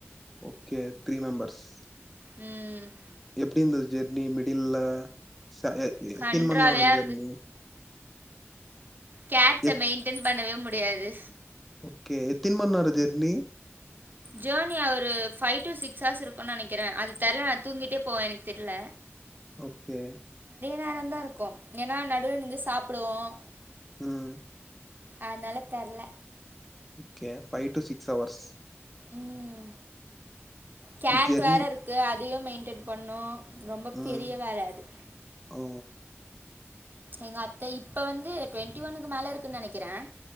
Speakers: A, in the centre; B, on the right.
A: ஓகே த்ரீ மெம்பர்ஸ்
B: ம்
A: எப்டி இருந்தது ஜெர்னி மிடில்ல <unintelligible>
B: கன்றாவியாக கேட்ஸ்ச
A: எத்
B: மெயின்டென் பண்ணவே மு டியாது
A: ஓகே எத்தின மணி நேர ஜானி
B: ஜானி யா ஒரு ஃபைவ் டு சிக்ஸ் ஹர்ஸ் இருக்கும்னு நெனைக்கிறேன் அது தெர்ல நா தூங்கிட்டே போவேன் எனக்கு தெர்ல
A: ஓகே
B: நேரம்தா இருக்கும் ஏன்னா நடுவில் நிந்து சாப்புடுவோம்
A: ம்
B: அதனால தெர்ல
A: okay five to six hours
B: ம் கேட்
A: ஜெர்னி
B: வேற இருக்கு அதையும் மெயின் டெட் பண்ணோம் ரொம்ப பெரிய
A: ம்
B: வேல அது
A: ஓ
B: எங்க அத்தை இப்ப வந்து டோண்டி ஒன்னனுக்கு மேல இருக்குன்னு நெனைக்கிறேன்